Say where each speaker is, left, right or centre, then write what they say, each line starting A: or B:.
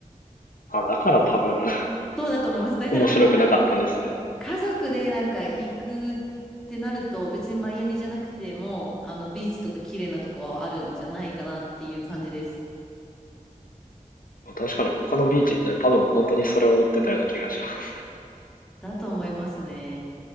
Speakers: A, on the left (about 90°); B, in the centre.
A: あ、だから多分
B: そうだと思います。だからなんかあんまり
A: 面白くなかったですね。
B: 家族でなんか行くってなると別にマイアミじゃなくてもあのビーチとか綺麗なとこあるんじゃないかなっていう感じです。
A: 確かに他のビーチ行っても多分本当にそれを思ってたような気がします。
B: だと思いますね。